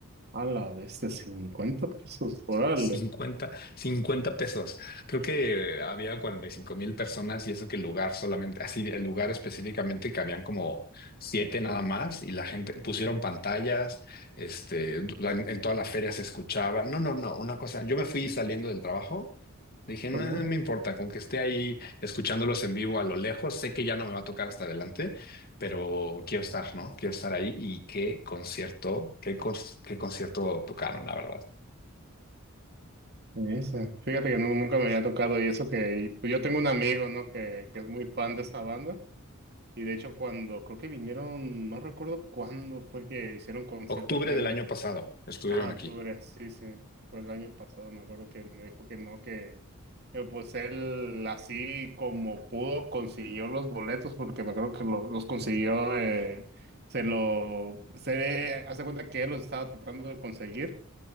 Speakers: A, on the right; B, on the left.
A: A la bestia, cincuenta pesos. Órale.
B: cincuenta cincuenta pesos. Creo que eh, había cuarenta y cinco mil personas y eso que el lugar solamente, así el lugar específicamente que habían como siete nada más y la gente pusieron pantallas, este, en, en toda la feria se escuchaba. No, no, no, una cosa, yo me fui saliendo del trabajo, dije, no,
A: Ajá,
B: no me importa, con que esté ahí escuchándolos en vivo a lo lejos, sé que ya no me va a tocar hasta adelante, pero quiero estar, ¿no? Quiero estar ahí y qué concierto, qué, cons- qué concierto tocaron, la verdad.
A: Esa. Fíjate que nu- nunca me había tocado y eso que y, pues, yo tengo un amigo, ¿no? Que, que es muy fan de esa banda. Y de hecho cuando creo que vinieron, no recuerdo cuándo fue que hicieron concierto
B: Octubre
A: aquí en
B: del año
A: México.
B: pasado estuvieron
A: Ah, octubre,
B: aquí.
A: sí, sí. Fue el año pasado, me acuerdo que me dijo que no, que eh, pues él así como pudo consiguió los boletos, porque me acuerdo que lo- los consiguió, eh, se lo, se hace cuenta que él los estaba tratando de conseguir.